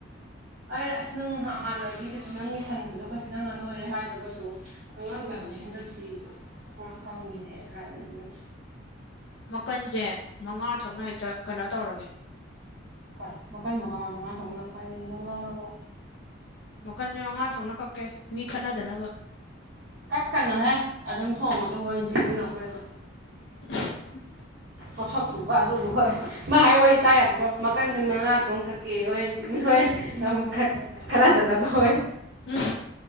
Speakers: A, on the right (about 50°); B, on the left (about 65°).
A: ꯑꯩ ꯑꯁ ꯅꯪ ꯍꯥꯟꯅꯗꯤ ꯀꯩꯁꯨ ꯅꯪ ꯊꯟꯕꯗꯣ ꯀꯩꯁꯨ ꯅꯪ ꯑ ꯅꯣꯏꯔꯦ ꯍꯥꯏꯗꯒꯁꯨ ꯈꯪꯉꯝꯗꯕꯅꯤ ꯍꯟꯗꯛꯇꯤ ꯈꯔ ꯐꯪꯉꯤꯅꯦꯅ ꯍꯥꯏꯕꯅꯦ ꯑꯩꯈꯣꯏꯅ
B: ꯃꯀꯟꯁꯦ ꯃꯉꯥ ꯊꯣꯛꯅ ꯍꯦꯛꯇ ꯀꯩꯅꯣ ꯇꯧꯔꯒꯦ
A: ꯍꯣꯏ ꯃꯈꯜ ꯃꯈꯉꯥ ꯃꯥꯏ ꯃꯉꯥ ꯊꯣꯛꯅ ꯈꯥꯏꯗꯣꯏꯅꯤ ꯑꯗꯨꯝ ꯉꯥꯎꯔꯕꯣ
B: ꯃꯈꯟꯁꯦ ꯃꯉꯥ ꯊꯣꯛꯅ ꯀꯛꯀꯦ ꯃꯤ ꯈꯠꯅꯗꯅꯕ
A: ꯀꯛꯀꯅꯨꯍꯦ ꯑꯗꯨꯝ ꯊꯣꯡꯕꯗꯣ ꯍꯣꯏꯦꯟ ꯆꯤꯃꯤ ꯂꯧ ꯀꯩꯅꯣ
B: <inaudible>
A: ꯄꯣꯠꯁꯛꯀꯨꯝꯕ ꯑꯗꯨꯕꯨ ꯍꯣꯏ ꯃꯥ ꯋꯥ ꯇꯥꯏ ꯃꯈꯟꯁꯤ ꯃꯉꯥ ꯊꯣꯛ ꯀꯛꯀꯦ ꯍꯣꯏ <unintelligible> ꯀꯅꯥꯗꯅꯕ ꯑꯣꯏ
B: ꯎꯝ